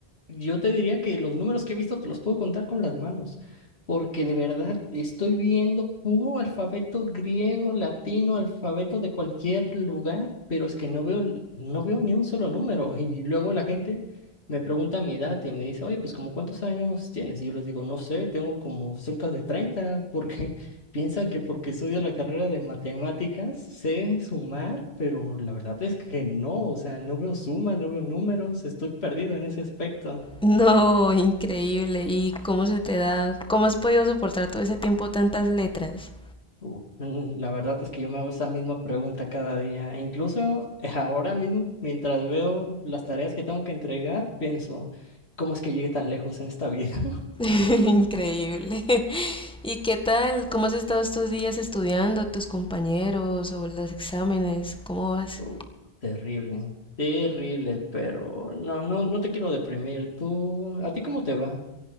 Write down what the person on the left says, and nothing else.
yo te diría que los números que he visto te los puedo contar con las manos, porque de verdad estoy viendo puro alfabeto griego, latino, alfabeto de cualquier lugar, pero es que no veo, no veo ni un solo número. <laughs> Y luego la gente me pregunta mi edad y me dice, oye, pues como cuántos años tienes? Y yo les digo, no sé, tengo como cerca de treinta <laughs> porque Piensan que porque estudio la carrera de matemáticas sé sumar, pero la verdad es que no, o sea, no veo sumas, no veo números, estoy perdido en ese aspecto.
Uh, mm, La verdad es que yo me hago esa misma pregunta cada día. Incluso <laughs> eh, ahora mismo, mientras veo las tareas que tengo que entregar, pienso, ¿cómo es que llegué tan lejos en esta vida? <laughs>
Uh, terrible, terrible, pero no, no, no te quiero deprimir. ¿Tú, a ti cómo te va?